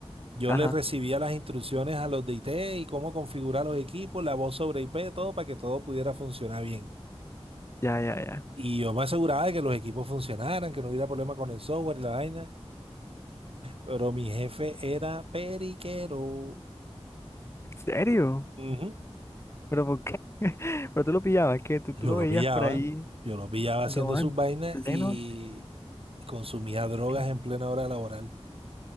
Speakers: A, on the right; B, on the left.
A: yo
B: ajá.
A: le recibía las instrucciones a los de IT y cómo configurar los equipos, la voz sobre IP, todo para que todo pudiera funcionar bien.
B: Ya, ya, ya.
A: Y yo me aseguraba de que los equipos funcionaran, que no hubiera problema con el software y la vaina, pero mi jefe era periquero.
B: ¿En serio?
A: Ujú.
B: ¿Pero por qué? <laughs> Pero tú lo pillabas, que tú,
A: Yo
B: tú lo
A: lo
B: veías
A: pillaba,
B: por ahí,
A: yo lo pillaba haciendo
B: no,
A: sus
B: en
A: vainas
B: pleno.
A: y y consumía drogas
B: en-
A: en plena hora laboral.